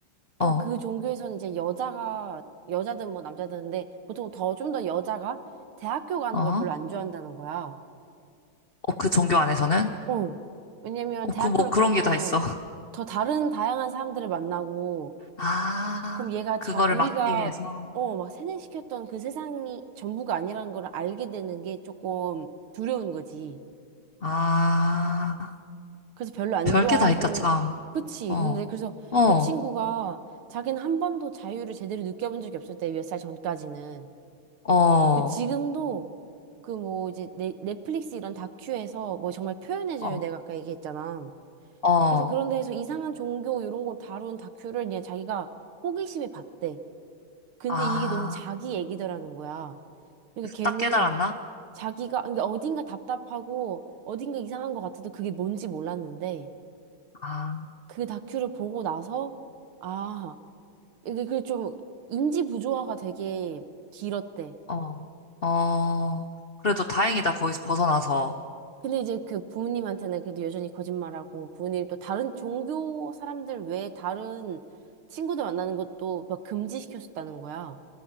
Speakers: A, on the right; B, on the left.
A: 또
B: 어.
A: 그 종교에서는 이제 여자가, 여자든 뭐 남자든데, 보통 더, 좀 더 여자가 대학교 가는
B: 어,
A: 걸 별로 안 좋아한다는 거야.
B: 그 종교 안에서는?
A: 어. 왜냐면
B: 어,
A: 대학교를
B: 그 뭐 그런
A: 가면
B: 게 다 있어. <laughs>
A: 더 다른 다양한 사람들을 만나고,
B: 아,
A: 그럼 얘가
B: 그거를
A: 자, 우리가,
B: 막기 위해서.
A: 어, 막 세뇌시켰던 그 세상이 전부가 아니라는 걸 알게 되는 게 조금 두려운 거지.
B: 아,
A: 그래서 별로 안
B: 별게
A: 좋아하고,
B: 다 있다, 참.
A: 그치.
B: 어,
A: 근데 그래서
B: 어,
A: 그 친구가 자기는 한 번도 자유를 제대로 느껴본 적이 없었대, 몇 살 전까지는.
B: 어,
A: 그 지금도 그 뭐 이제 넷- 넷플릭스 이런 다큐에서 뭐 정말 표현의 자유
B: 어,
A: 내가 아까 얘기했잖아.
B: 어.
A: 그래서 그런 데에서 이상한 종교 이런 거 다룬 다큐를 그냥 자기가 호기심에 봤대. 근데
B: 아,
A: 이게 너무 자기 얘기더라는 거야. 그러니까 걔는
B: 딱 깨달았나?
A: 자기가, 그러니까 어딘가 답답하고 어딘가 이상한 것 같아도 그게 뭔지 몰랐는데
B: 아,
A: 그 다큐를 보고 나서 아, 이게 그 좀 인지 부조화가 되게 길었대.
B: 어, 어. 그래도 다행이다, 거기서 벗어나서.
A: 근데 이제 그 부모님한테는 그래도 여전히 거짓말하고 부모님 또 다른 종교 사람들 외에 다른 친구들 만나는 것도 막 금지시켰었다는 거야.